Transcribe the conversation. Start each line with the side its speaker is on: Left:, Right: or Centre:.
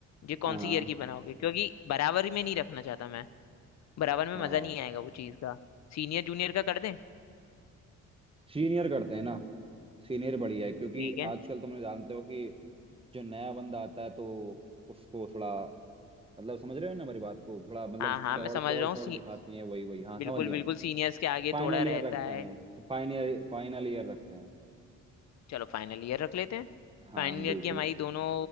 Left: ये कौन
Right: हाँ
Left: सी ईयर की बनाओगे क्योंकि बराबर में नहीं रखना चाहता मैं बराबर में
Right: हाँ
Left: मजा नहीं आएगा वो चीज का सीनियर जूनियर का कर दें
Right: सीनियर करते हैं ना सीनियर बढ़िया है क्योंकि
Left: ठीक है
Right: आजकल तुम लोग जानते हो कि जो नया बंदा आता है तो उसको थोड़ा मतलब समझ रहे हो ना हमारी बात को थोड़ा मतलब
Left: हाँ हाँ
Right: चौड़
Left: मैं समझ
Right: चौड़
Left: रहा
Right: चौड़
Left: हूँ सी
Right: दिखाती है वही वही हाँ
Left: बिल्कुल
Right: समझ गया
Left: बिल्कुल
Right: मैं
Left: सीनियर्स के आगे
Right: फाइनल
Left: थोड़ा रहता
Right: ईयर रखते
Left: है
Right: हैं फाइनल फाइनल ईयर रखते हैं
Left: चलो फाइनल ईयर रख लेते हैं
Right: हाँ
Left: फाइनल
Right: बिल्कुल
Left: ईयर की हमारी दोनों